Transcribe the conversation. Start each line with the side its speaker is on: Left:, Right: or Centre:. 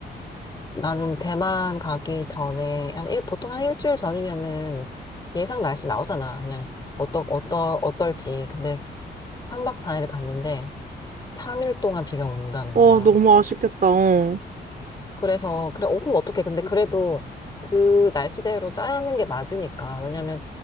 Left: 나는 대만 가기 전에, 한 일, 보통 한 일주일 전이면은 예상 날씨 나오잖아. 그냥, 어떠, 어떠, 어떨지. 근데 3박 4일 갔는데 3일 동안 비가 온다는
Right: 어,
Left: 거야.
Right: 너무 아쉽겠다. 어.
Left: 그래서 그래 어 그럼 어떡해. 근데 그래도 그 날씨대로 짜는 게 맞으니까. 왜냐면